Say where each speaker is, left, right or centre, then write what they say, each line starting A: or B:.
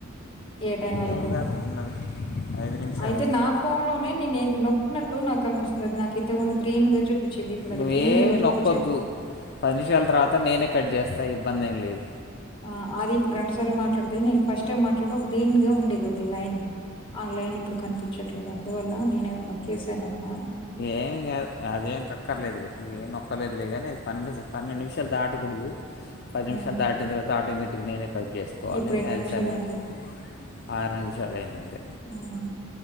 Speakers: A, on the left; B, on the left.
A: ఏ టైం వరకు
B: ఏం కాదు ఉన్నది ఐదు నిమిషాలే
A: అయితే నా ఫోన్ లోనే నేను ఏది నొక్కినట్టు నట్టు నాకు అనిపిస్తుంది నాకు ఇంతకు ముందు గ్రీన్ గా చూపించింది. ఇప్పుడు అది
B: నువ్వేమి
A: గ్రీన్ ఏదో చూపించట్లే.
B: నొక్కొద్దు పది నిమిషాల తర్వాత నేనే కట్ చేస్తా ఇది ఇబ్బంది ఏం లేదు
A: ఆ అది ఇప్పుడు రెండు సార్లు మాట్లాడితే నేను ఫస్ట్ టైం మాట్లాడ గ్రీన్ గా ఉండేది ఒక లైన్ ఆ లైన్ ఇప్పుడు కనిపించట్లేదు అందువల్ల నేనుమన్నా నొక్కేసానేమో అని
B: ఏం కాదు అదేం కక్కర్లేదు లే ఏం నొ నొక్క లేదులే గాని పనుంటే చెప్పు పన్నెండు నిమిషాలు దాటకూడదు పది
A: హ్మ్.
B: నిమిషాలు దాటిన తర్వాత ఆటోమేటిక్ నేనే కట్ చేసుకోవాలి
A: ఇప్పుడు ఎన్ని
B: అది
A: నిమిషాలయింది.
B: సబ్మిట్ ఆర నిమిషాల అయిందండీ
A: ఉ ఉమ్